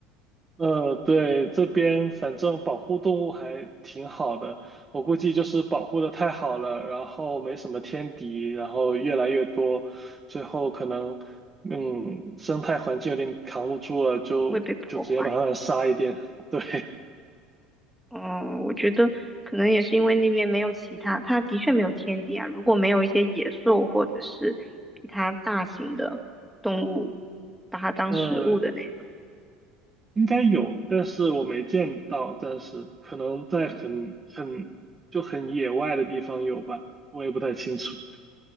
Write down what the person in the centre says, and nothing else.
会被破坏。
嗯，我觉得可能也是因为那边没有其他，它的确没有天敌啊。如果没有一些野兽或者是比它大型的动物，把它当食物的那种。